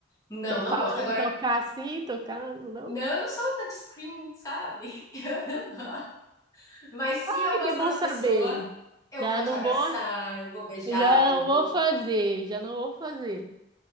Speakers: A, on the left; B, on the right.
A: Não,
B: Tô
A: não
B: falando,
A: gosto. Agora,
B: tocar assim, tocando, não?
A: não, eu não sou touchscreen, sabe? <laughs> Eu não gosto. Mas se
B: Ai,
A: eu gostar
B: que bom
A: da
B: saber.
A: pessoa, eu
B: Já
A: vou te
B: não
A: abraçar,
B: vou,
A: eu vou beijar,
B: já não
A: eu vou.
B: vou fazer, já não vou fazer.